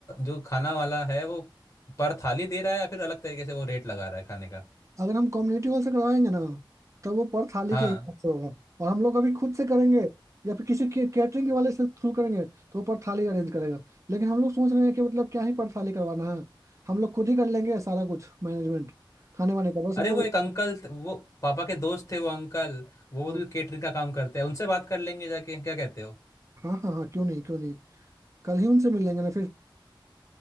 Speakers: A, on the left; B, on the right.
A: जो खाना वाला है वो पर थाली दे रहा है या फिर अलग तरीके से वो रेट लगा रहा है खाने का
B: अगर हम कम्युनिटी हॉल से करवाएंगे ना तब वो पर थाली
A: हाँ
B: के हिसाब से होगा और हम लोग अभी खुद से करेंगे या फिर किसी के कैटरिंग वाले से थ्रू करेंगे तो वो पर थाली अरेंज करेगा लेकिन हम लोग सोच रहे हैं कि मतलब क्या ही पर थाली करवाना है हम लोग खुद ही कर लेंगे सारा कुछ मैनेजमेंट खाने वाने का बस
A: अरे
B: वो
A: वो एक अंकल थ- वो पापा के दोस्त थे वो अंकल वो
B: हाँ
A: भी केटरिंग का काम करते हैं उनसे बात कर लेंगे जाके क्या कहते हो
B: हाँ हाँ हाँ क्यों नहीं क्यों नहीं कल ही उनसे मिल लेंगे ना फिर